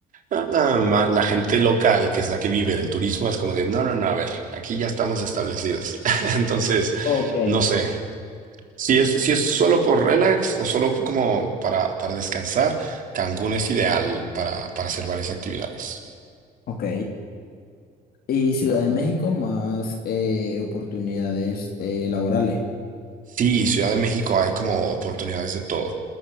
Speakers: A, on the right; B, on the left.
A: ah, más la gente local, que es la que vive del turismo, es como de, no, no, no, a ver, aquí ya estamos establecidos. <laughs> Entonces,
B: Ok.
A: no sé. Si es, si es solo por relax o solo como para, para descansar, Cancún es ideal para, para hacer varias actividades.
B: Ok. Y Ciudad de México más eh, oportunidades eh, laborales.
A: Sí, Ciudad de México hay como oportunidades de todo.